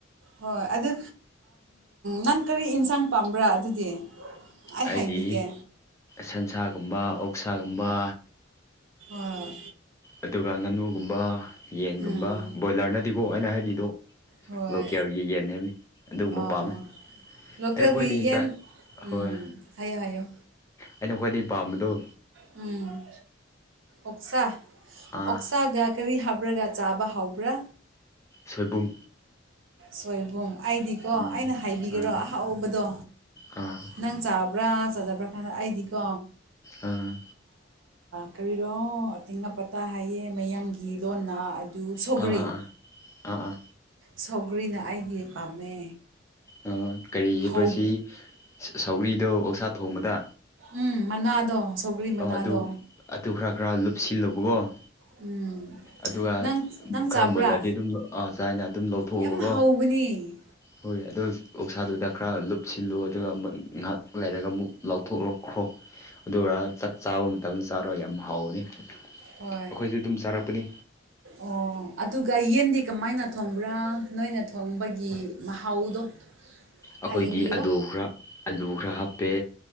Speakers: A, on the right; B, on the left.
A: ꯍꯣꯏ ꯑꯗꯨ ꯅꯪ ꯀꯔꯤ ꯌꯦꯟꯁꯥꯡ ꯄꯥꯝꯕ꯭ꯔꯥ ꯑꯗꯨꯗꯤ ꯑꯩ
B: ꯍꯥꯏꯗꯤ
A: ꯍꯥꯏꯕꯤꯒꯦ
B: ꯁꯟꯁꯥꯒꯨꯝꯕ ꯑꯣꯛꯁꯥꯒꯨꯝꯕ
A: ꯑꯣꯥ
B: ꯑꯗꯨꯒ ꯉꯥꯅꯨꯒꯨꯝꯕ ꯌꯦꯟꯒꯨꯝꯕ
A: ꯎꯝ
B: ꯕꯣꯏꯂꯔꯅꯗꯤꯀꯣ ꯑꯩꯅ ꯍꯥꯏꯔꯤꯗꯣ
A: ꯍꯣꯏ
B: ꯂꯣꯀꯤꯌꯥꯒꯤ ꯌꯦꯟ ꯍꯥꯏꯕꯤ ꯑꯗꯨꯒꯨꯝꯕ
A: ꯑꯥꯎ
B: ꯄꯥꯝꯃꯦ
A: ꯂꯣꯀꯦꯜꯒꯤ
B: ꯑꯩꯅ ꯈ꯭ꯋꯥꯏꯗꯒꯤ
A: ꯌꯦꯟ
B: ꯆꯥ ꯍꯣꯏ
A: ꯎꯝ ꯍꯥꯏꯌꯣ ꯍꯥꯏꯌꯣ
B: ꯑꯩꯅ ꯈ꯭ꯋꯥꯏꯗꯒꯤ ꯄꯥꯝꯕꯗꯨꯣ
A: ꯎꯝ ꯑꯣꯁꯥ
B: ꯑꯥ
A: ꯑꯣꯛꯁꯥꯒ ꯀ ꯍꯥ ꯍꯥꯕ꯭ꯔꯒ ꯆꯥꯕ ꯍꯧꯕ꯭ꯔꯥ
B: ꯁꯣꯏꯕꯨꯝ
A: ꯁꯣꯏꯕꯨꯝ ꯑꯩꯗꯤꯀꯣ
B: ꯎꯝ
A: ꯑꯩꯅ ꯍꯥꯏꯕꯤꯈꯔꯣ
B: ꯑꯥ
A: ꯑꯍꯥꯎꯕꯗꯣ
B: ꯑꯥ
A: ꯅꯪ ꯆꯥꯕ꯭ꯔꯥ ꯆꯥꯗꯕ꯭ꯔꯥ ꯀꯥꯟꯗ ꯑꯩꯗꯤꯀꯣ
B: ꯑꯥ
A: ꯀꯔꯤꯔꯣ ꯑꯇꯪ ꯑꯄꯇꯥ ꯍꯥꯏꯌꯦ ꯃꯌꯥꯡꯒꯤ ꯂꯣꯟꯅ ꯑꯗꯨ ꯁꯧꯒ꯭ꯔꯤ
B: ꯑꯥ ꯑꯥ ꯑꯥ ꯑꯥ ꯑꯥ
A: ꯁꯧꯒ꯭ꯔꯤꯅ ꯑꯩꯗꯤ ꯄꯥꯝꯃꯦ
B: ꯑꯥ ꯀꯔꯤ ꯍꯥꯏꯕꯁꯤ
A: ꯍꯧ
B: ꯁꯧꯔꯤꯗꯣ ꯑꯣꯛꯁꯥ ꯊꯣꯡꯕꯗ
A: ꯎꯝ ꯃꯅꯥꯗꯣ ꯁꯧꯒꯔꯤ ꯃꯅꯥꯗꯣ
B: ꯑꯥ ꯑꯗꯨ ꯑꯗꯨ ꯈꯔ ꯈꯔ ꯂꯨꯞꯁꯤꯜꯂꯨꯕꯒꯣ
A: ꯎꯝ
B: ꯑꯗꯨꯒ
A: ꯅꯪ ꯅꯪ
B: ꯈꯔ
A: ꯆꯥꯕ꯭ꯔꯥ
B: ꯃꯨꯜꯂꯗꯤ ꯑꯗꯨꯝ ꯑ ꯆꯥꯏꯅ ꯑꯗꯨꯝ ꯂꯧꯊꯣꯛꯎꯕꯀꯣ
A: ꯌꯥꯝ ꯍꯧꯕꯅꯤ
B: ꯍꯣꯏ ꯑꯗꯨ ꯑꯗꯨ ꯑꯣꯁꯥꯗꯨꯗ ꯈꯔ ꯂꯨꯞꯁꯤꯜꯂꯨ ꯑꯗꯨꯒ ꯑꯃꯨꯛ ꯉꯥꯏꯍꯥꯛ ꯂꯩꯔꯒ ꯑꯃꯨꯛ ꯂꯥꯎꯊꯣꯛꯂꯛꯈ꯭ꯔꯣ ꯑꯗꯨꯔꯒ ꯆꯥꯛ ꯆꯥꯕ ꯃꯇꯝꯗ ꯆꯥꯔ ꯌꯥꯝ ꯍꯥꯎꯅꯤ
A: ꯍꯣꯏ
B: ꯑꯩꯈꯣꯏꯁꯨ ꯑꯗꯨꯝ ꯆꯥꯔꯛꯄꯅꯤ
A: ꯑꯣ ꯑꯗꯨꯒ ꯌꯦꯟꯗꯤ ꯀꯃꯥꯏꯅ ꯊꯣꯡꯕ꯭ꯔꯥ ꯅꯣꯏꯅ ꯊꯣꯡꯕꯒꯤ ꯃꯍꯥꯎꯗꯣ
B: ꯑꯩꯈꯣꯏꯗꯤ
A: ꯍꯥꯏꯕꯤꯌꯣ
B: ꯑꯂꯨ ꯈꯔ ꯑꯂꯨ ꯈꯔ ꯍꯥꯞꯄꯦ